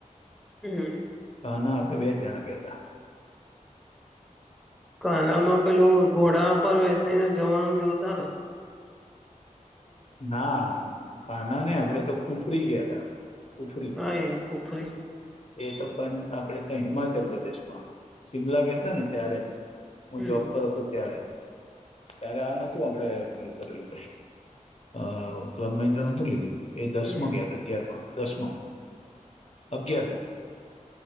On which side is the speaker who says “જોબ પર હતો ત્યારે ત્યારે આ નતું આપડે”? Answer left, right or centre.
Left